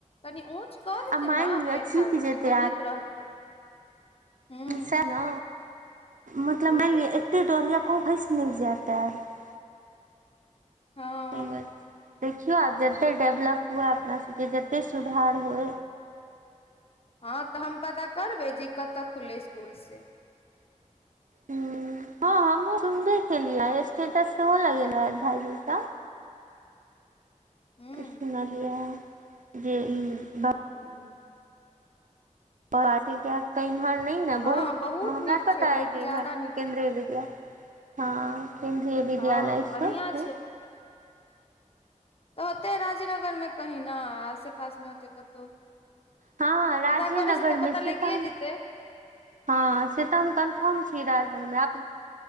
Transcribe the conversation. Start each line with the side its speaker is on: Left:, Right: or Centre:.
Left: कनी ऊँच कऽ देतै
Right: आ मानि
Left: ने
Right: लिअ
Left: प्लेटफारर्म
Right: चुकि जेतै
Left: के तऽ नीक रहतै हूँ
Right: सै ने मतलब मानि लिअ एते डरिया कह भैंस निक जातेर <unintelligible>
Left: हँ
Right: ओ बस <unintelligible> देखियो आब जते डेवलप हुए अपना सबके जते सुधार होइ
Left: हँ तऽ हम पता करबे जे कत खुले स्कूल से
Right: हू हं हमहु सुनबे केलिया स्टेटस सेहो लगेलरह भाई जी सब
Left: हूँ
Right: सुनालिया जे ई ब
Left: हू
Right: आओ आसके <unintelligible> तऽ इमहर नहि ने
Left: हँ
Right: बहुत हमरा
Left: नीक
Right: पता
Left: छै
Right: है
Left: बहुत
Right: जे
Left: ज्यादा
Right: इमहर
Left: नीक
Right: केन्द्रीय
Left: छै
Right: विद्यालय हँ केन्द्रीय विद्यालय
Left: हँ बढ़िया
Right: सब छै बहुत
Left: तऽ होतै राजीनगर मे कही न आसे पास मे होतै कतौ
Right: हँ राजेनगर
Left: पता करै छै तऽ
Right: मे
Left: पता
Right: से
Left: लागिए
Right: हम
Left: जेतै
Right: हँ से तऽ हम कन्फर्म छी राजनगरमे आ <unintelligible>